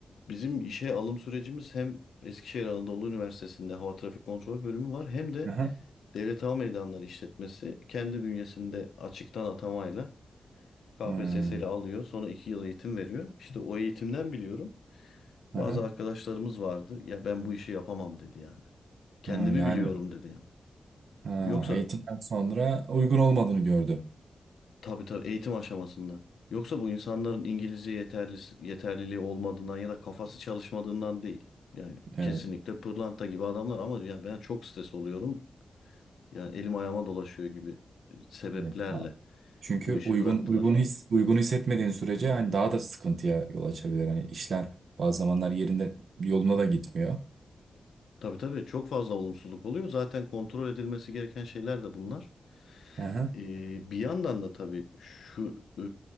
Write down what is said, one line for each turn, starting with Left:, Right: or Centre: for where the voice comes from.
Left: Bizim işe alım sürecimiz hem Eskişehir Anadolu Üniversitesi'nde Hava Trafik Kontrol Bölümü var hem de
Right: Aha.
Left: Devlet Hava Meydanları İşletmesi kendi bünyesinde açıktan atamayla KPSS
Right: Hı,
Left: ile alıyor. Sonra iki yıl eğitim veriyor. İşte o eğitimden biliyorum.
Right: aha.
Left: Bazı arkadaşlarımız vardı. Ya ben bu işi yapamam dedi yani. Kendimi
Right: Ha, yani
Left: biliyorum dedi yani.
Right: ha,
Left: Yoksa
Right: eğitimden sonra uygun olmadığını gördü.
Left: tabii tabii eğitim aşamasında. Yoksa bu insanların İngilizce yeterli, yeterliliği olmadığından ya da kafası çalışmadığından değil. Yani
Right: Evet.
Left: kesinlikle pırlanta gibi adamlar ama ya ben çok stres oluyorum. Yani elim ayağıma dolaşıyor gibi e, sebeplerle
Right: Evet. Ha. Çünkü
Left: bu işi
Right: uygun
Left: bıraktılar.
Right: uygun his uygun hissetmediğin sürece hani daha da sıkıntıya yol açabilir. Hani işler bazı zamanlar yerinde yoluna da gitmiyor.
Left: Tabii tabii çok fazla olumsuzluk oluyor. Zaten kontrol edilmesi gereken şeyler de bunlar.
Right: Aha.
Left: Ee, bir yandan da tabii şu e,